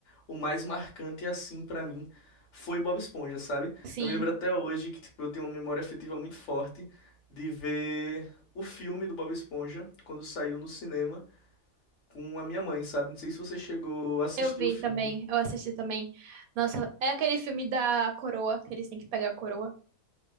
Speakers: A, on the left (about 60°); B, on the right (about 85°).
A: o mais marcante assim pra mim foi Bob Esponja, sabe?
B: Sim.
A: Eu me lembro até hoje que tipo eu tenho uma memória afetiva muito forte de ver o filme do Bob Esponja quando saiu no cinema com a minha mãe, sabe? Não sei se você chegou a assistir
B: Eu vi
A: o filme.
B: também, eu assisti também. Nossa, é aquele filme da coroa, que eles têm que pegar a coroa,